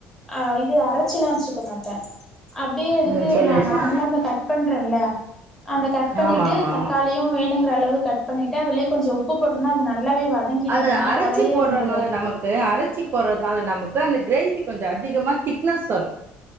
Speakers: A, in the centre; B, on the right (about 40°).
A: ஆ இது அரைச்சுயெல்லா வச்சு மாட்டே அப்டியே எடுத்து
B: ம் சொல்லுங்க
A: நா நார்மலா
B: தோழி
A: இந்த கட் பண்றேன்ல அந்த கட் பண்ணிட்டு
B: ஆமா ஆமா
A: தக்காளியு
B: ஆமா
A: வேணுங் ஓரளவு கட் பண்ணிட்டு அதுலியே கொஞ்சோ உப்பு போட்டுறனா அது நல்லாவே வதங்கிடு
B: அது
A: அந்த மாரி
B: அரச்சி
A: கொழைய
B: போட்றதுனால
A: வந்துரு
B: நமக்கு அரச்சி போட்றதுனால நமக்கு அந்த கிரேவி கொஞ்சோ அதிகமா திக்னஸ் வரு